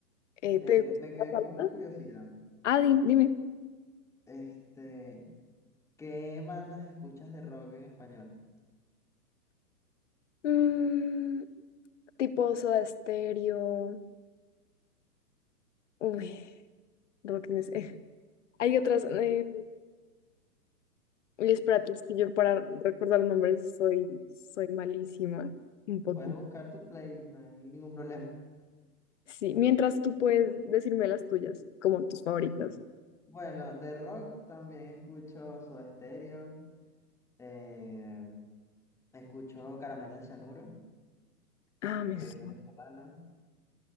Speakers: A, on the left (about 45°); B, in the centre.
A: Eh,
B: Eh,
A: ¿te gusta
B: me quedé
A: la
B: con una
A: salsa?
B: curiosidad.
A: Ah, di- dime.
B: Este, ¿Qué bandas escuchas de rock en español?
A: Mm, tipo Soda Stereo. Uy, Rock in es- Hay otras. Eh, uy, espérate, es que yo para recordar nombres soy, soy malísima. Un poquito.
B: Puedes buscar tu playlist, no hay ningún problema.
A: Sí, mientras tú puedes decirme las tuyas, como tus favoritas.
B: Bueno, de rock también escucho Soda Stereo, eh, escucho Caramelos de Cianuro,
A: Ah, mis...
B: que es venezolana.